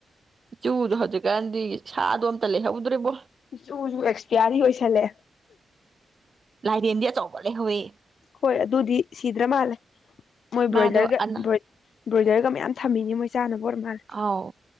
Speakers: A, on the right; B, on the left.
A: ꯆꯨꯗꯣ ꯍꯧꯖꯤꯛꯀꯥꯟꯗꯤ ꯁꯥꯗꯣ ꯑꯝꯇ ꯂꯩꯍꯧꯗ꯭ꯔꯦꯕꯣ
B: ꯖꯨꯁꯨ ꯑꯦꯛꯁꯄꯤꯌꯥꯔꯤ ꯑꯣꯏꯁꯜꯂꯦ
A: ꯂꯥꯏꯔꯦꯟꯗꯤ ꯑꯆꯧꯕ ꯂꯩꯍꯧꯋꯤ
B: ꯍꯣꯏ ꯑꯗꯨꯗꯤ ꯁꯤꯗ꯭ꯔ ꯃꯥꯜꯂꯦ ꯃꯣꯏ
A: ꯃꯥꯗꯣ
B: ꯕ꯭ꯔꯣꯏꯂꯔꯒ
A: ꯑꯅ
B: ꯕꯔꯣꯏ ꯕ꯭ꯔꯣꯏꯂꯔꯒ ꯃꯌꯥꯝ ꯊꯝꯃꯤꯅꯤ ꯃꯣꯏ ꯆꯥꯅꯕ ꯑꯣꯏꯔ ꯃꯥꯜꯂꯦ
A: ꯑꯥꯎ